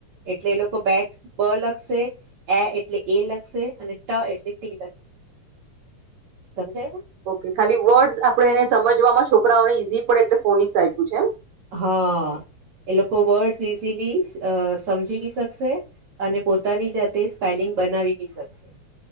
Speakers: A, on the right; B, on the right.
A: એટલે એ લોકો બેટ બ લખશે એ એટલે એ લખશે અને ટ એટલે ટી લખશે સમજાય
B: ઓકે ખાલી વર્ડ્સ આપડણે એને સમજવામાં છોકરાઓને ઈઝી પણે એટલે ફોનિક્સ આપ્યું છે એમ
A: હા એ લોકો વર્ડ્સ ઇઝીલી સમજીવી શકશે અને પોતાની જાતે સ્પેલિંગ બનાવી બી શકશે